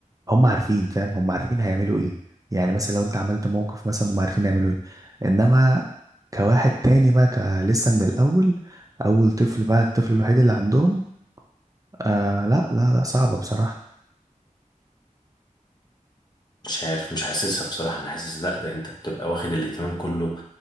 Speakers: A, on the right; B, on the left.
A: هم عارفين فاهم هم عارفين هيعملوا ايه يعني مثلا لو انت عملت موقف مثلا هم عارفين يعملوا ايه انما كواحد تاني بقى ك- لسه من الاول اول طفل بقى الطفل الوحيد اللي عندهم آه لا لا لا صعبه بصراحه
B: مش عارف مش حاسسها بصراحة انا حاسس لا ده انت بتبقى واخد الاهتمام كله